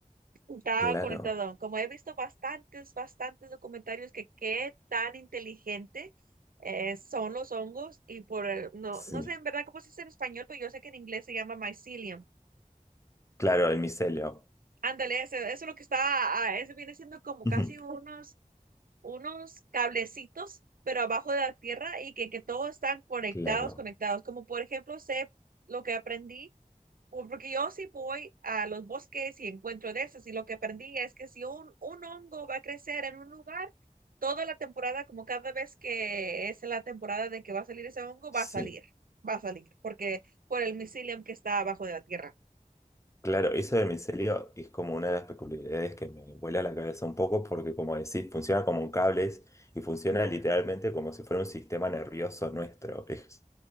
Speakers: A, on the right (about 85°); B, on the left (about 20°).
A: está
B: Claro,
A: conectado. Como he visto bastantes, bastantes documentarios que qué tan inteligente eh, son los hongos y por, el- no,
B: sí.
A: no sé en verdad cómo se dice en español, pero yo sé que en inglés se llama mycelium.
B: Claro, el micelio.
A: Ándale, ese- eso es lo que está, ah, ese viene siendo como casi
B: <laughs>
A: unos, unos cablecitos, pero abajo de la tierra y que, que todos están conectados,
B: Claro,
A: conectados. Como por ejemplo, sé lo que aprendí o Porque yo sí voy a los bosques y encuentro de esos y lo que aprendí es que si un, un hongo va a crecer en un lugar, toda la temporada, como cada vez que es la temporada de que va a salir ese hongo, va
B: sí.
A: a salir, va a salir, porque por el mycelium que está abajo de la tierra.
B: Claro, eso del micelio es como una de las peculiaridades que me vuela la cabeza un poco porque como decís, funciona como un cables y funciona literalmente como si fuera un sistema nervioso nuestro. Es